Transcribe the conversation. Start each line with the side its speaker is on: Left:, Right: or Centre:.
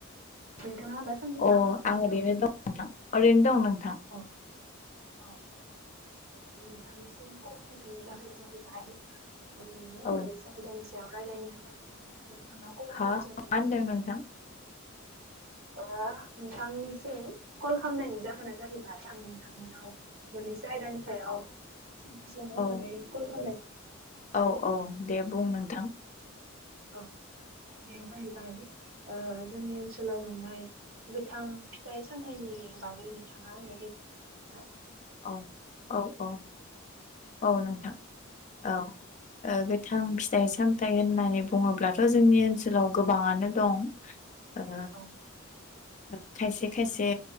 Right: नोंथाङा दासान्दि
Left: अ
Right: मा खालामनानै
Left: आं ओरैनो
Right: दंमोन?
Left: दं नोंथां ओरैनो दं नों
Right: औ औ। नोंथांनिसिम कल खालामनायनि जाहोना जाहैबाय ओम मोननैसो
Left: औ
Right: आयदानि सायाव सायाव रायलायनो होननानै नोंथांनाव कल खालामनाय
Left: हा
Right: जादों।
Left: मा होनदों नोंथां
Right: ओ नोंथांनिसिम कल खालामनायनि जाहोना जाहैबाय आं नोंथांनियाव मोननैसो आयदानि सायाव सोंथि सोंनो
Left: औ
Right: होननानै कल खालामनाय
Left: औ औ दे बुं नोंथां।
Right: औ आयदाया जाहैबाय ओ जोंनि ओनसोलाव मोननाय गोथां फिथाइ सामथाइनि बागै नोंथाङा आंनो <unintelligible> ना?
Left: औ औ औ औ नोंथां औ। ओ गोथां फिथाइ सामथाइ होननानै बुङोब्लाथ' जोंनि ओनसोलाव गोबाङानो दं। ओ
Right: औ
Left: ओ खायसे खायसे